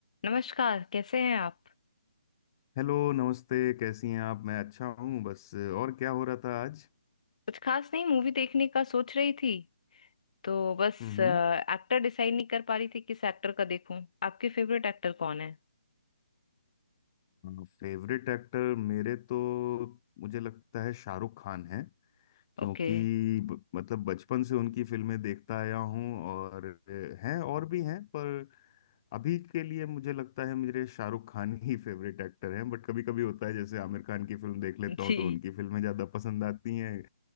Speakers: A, on the left; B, on the left.
A: नमस्कार कैसे हैं आप
B: Hello नमस्ते कैसी हैं आप मैं अच्छा हूँ बस और क्या हो रहा था आज
A: कुछ खास नहीं मूवी देखने का सोच रही थी तो बस
B: हम्म
A: एक्टर डिसाइड नहीं कर पा रही थी किस एक्टर का देखूं आपके फेवरेट एक्टर कौन है
B: फेवरेट एक्टर मेरे तो मुझे लगता है शाहरुख खान है क्योंकि
A: ओके
B: ब, मतलब बचपन से उनकी फिल्में देखता आया हूँ और अ, हैं और भी हैं पर अभी के लिए मुझे लगता है मेरे शाहरुख खान ही फेवरेट एक्टर हैं बट कभी कभी होता है जैसे आमिर खान की फिल्म देख लेता
A: <laughs>
B: हूँ
A: जी
B: तो उनकी फिल्में ज्यादा पसंद आती हैं